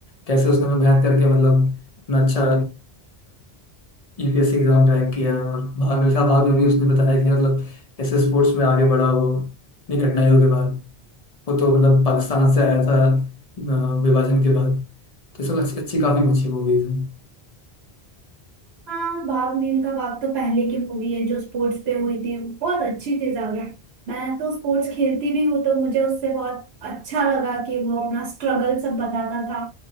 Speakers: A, on the left (about 45°); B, on the right (about 80°).
A: कैसे उसने हमें मेहनत करके मतलब इतना अच्छा यूपीएससी एग्जाम क्रैक किया और भाग मिल्खा भाग में भी उसने बताया कि मतलब कैसे स्पोर्ट्स में आगे बढ़ा वो इतनी कठिनाइयों के बाद वो तो मतलब पाकिस्तान से आया था अ, विभाजन के बाद तो सब अच्छी अच्छी काफ़ी अच्छी मूवीज हैं
B: हाँ भाग मिल्खा भाग तो पहले की मूवी है जो स्पोर्ट्स पे हुई थी बहुत अच्छी थी ज्यादा मैं तो स्पोर्ट्स खेलती भी हूँ तो मुझे उससे बहुत अच्छा लगा कि वो अपना स्ट्रगल सब बताता था